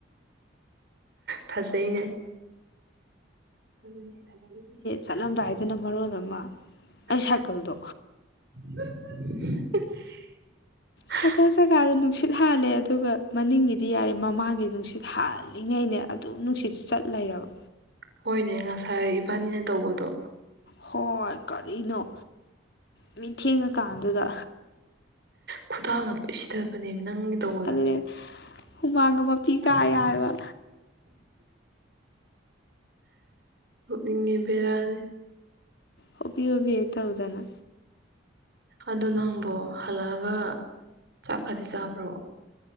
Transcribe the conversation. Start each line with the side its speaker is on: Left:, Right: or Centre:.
Right: ꯐꯖꯩꯅꯦ꯫ ꯑꯗꯨꯅꯦ ꯑꯗꯒꯤꯗꯤ ꯀꯅꯅꯕ꯭ꯔ
Left: ꯆꯠꯂꯝꯗꯥꯏꯗꯅ
Right: ꯍꯥꯏꯗꯅ ꯃꯔꯣꯕꯃ꯫
Left: ꯃꯔꯣꯜ ꯑꯃ
Right: <unintelligible>
Left: ꯑꯩ ꯁꯥꯏꯀꯜꯗꯣ ꯁꯥꯏꯀꯜ ꯖꯒꯥꯗꯣ ꯅꯨꯡꯁꯤꯠ ꯍꯥꯜꯂꯦ ꯑꯗꯨꯒ ꯃꯅꯤꯡꯒꯤꯗꯤ ꯌꯥꯔꯦ ꯃꯃꯥꯡꯒꯤ ꯅꯨꯡꯁꯤꯠ ꯍꯥꯜꯂꯤꯉꯩꯅꯦ ꯑ꯫ ꯅꯨꯡꯁꯤꯠꯁꯤ ꯆꯠ ꯂꯩꯔꯕ꯫
Right: ꯍꯣꯏꯅꯦ ꯉꯁꯥꯏ ꯏꯕꯥꯅꯤꯅ ꯇꯧꯕꯗꯣ꯫
Left: ꯍꯣꯏ ꯀꯔꯤꯅꯣ ꯅꯨꯃꯤꯠ
Right: ꯊꯦꯡꯉꯥ
Left: ꯊꯦꯡꯉꯀꯥꯟꯗꯨꯗ
Right: ꯀꯥꯟꯗꯨꯗ꯫ ꯈꯨꯊꯥꯡꯒ ꯂꯣꯏ ꯁꯤꯊꯕꯅꯦꯕ ꯅꯪꯒꯤ ꯇꯧꯕꯗ꯫
Left: ꯑꯗꯨꯅꯦ
Right: ꯍꯨꯃꯥꯡ
Left: ꯍꯨꯃꯥꯡꯒ ꯃꯄꯤ
Right: ꯃꯥꯄꯤ ꯀꯥ ꯌꯥꯔ꯫
Left: ꯌꯥꯏꯕ
Right: ꯅꯣꯛꯅꯤꯡꯉꯦꯕꯦꯔꯥꯅꯤ꯫
Left: ꯍꯣꯕꯤ ꯍꯣꯕꯤ ꯑꯩ ꯇ ꯍꯧꯗꯅ꯫
Right: ꯑꯗꯨ ꯅꯪꯕꯨ ꯍꯜꯂꯛꯑꯒ ꯆꯥꯛ ꯀꯗꯤ ꯆꯥꯕ꯭ꯔꯣ꯫